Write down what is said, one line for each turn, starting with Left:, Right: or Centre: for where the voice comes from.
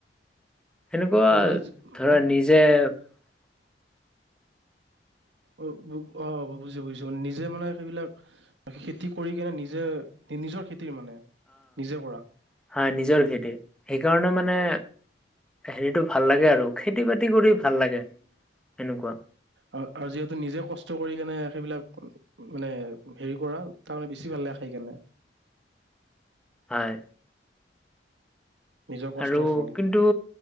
Centre: সেনেকুৱা
Right: অ' মানে
Centre: ধৰা,
Right: শাক
Centre: নিজে <inaudible>
Right: অ', অ', বুজিছোঁ, বুজিছোঁ, মানে নিজে, মানে সেইবিলাক খেতি কৰি কিনে নিজে, নিজৰ খেতিৰ মানে, নিজে কৰা
Centre: হয়, নিজৰ খেতিৰ, সেইকাৰণে মানে হেৰিটো ভাল লাগে আৰু, খেতি-বাতি কৰি ভাল লাগে, এনেকুৱা
Right: অ', অ', যিহেতু নিজে কষ্ট কৰি কেনে, সেইবিলাক মানে, হেৰি কৰা, তাৰমানে বেছি ভাল লাগে, খাই কিনে
Centre: হয়।
Right: নিজৰ কষ্টৰ
Centre: আৰু,
Right: ফল
Centre: কিন্তু,